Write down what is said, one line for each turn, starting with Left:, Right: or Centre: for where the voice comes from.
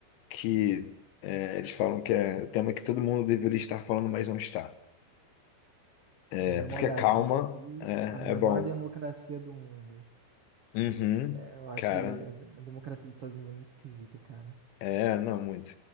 Left: que eh, eles falam que é tema que todo mundo deveria estar falando, mas não está. É,
Right: Eu dou
Left: porque
Right: uma olhadinha
Left: a calma
Right: aqui.
Left: é,
Right: A menor
Left: é bom.
Right: democracia do mundo.
Left: Uhum,
Right: É, eu acho
Left: cara.
Right: que a, a democracia dos Estados Unidos é muito esquisita, cara.
Left: É, não, muito.